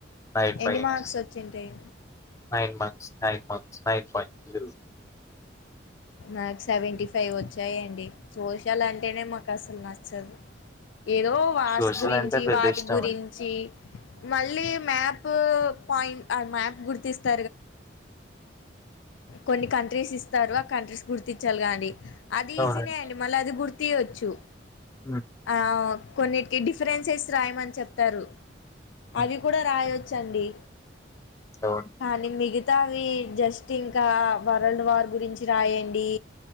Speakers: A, on the left (about 15°); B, on the left (about 80°).
A: నైట్
B: ఎన్ని
A: బైక్స్
B: మార్క్స్ వచ్చింటాయి
A: నైన్ మంత్స్ నైట్ మక్ నైన్ పాయింట్ టూ
B: నాకు సెవెంటీ ఫైవ్ వచ్చాయండి సోషల్ అంటేనే మాకు అసలు నచ్చదు ఏదో వార్స్
A: సోషల్
B: గురించి
A: అంటే పెద్ద
B: వాటి
A: ఇష్టం
B: గురించి
A: అండి
B: మళ్ళీ మ్యాపూ పాయింట్ ఆ మ్యాప్ గుర్తిస్తారు గదా అండి
A: అవును
B: కొన్ని కంట్రీస్ ఇస్తారు ఆ కంట్రీస్ గుర్తించాలి గా అండి అది
A: అవునండి
B: ఈజీనే అండి మళ్ళ అది గుర్త్ తి వచ్చు
A: ఉమ్,
B: ఆ కొన్నిటికి డిఫరెన్సెస్ రాయమని చెప్తారు
A: ఉమ్,
B: అవి కూడా రాయో వచ్చండి
A: అవును
B: కానీ మిగి తవి జస్ ట్ ఇంకా వరల్డ్ వార్ గురించి రాయండి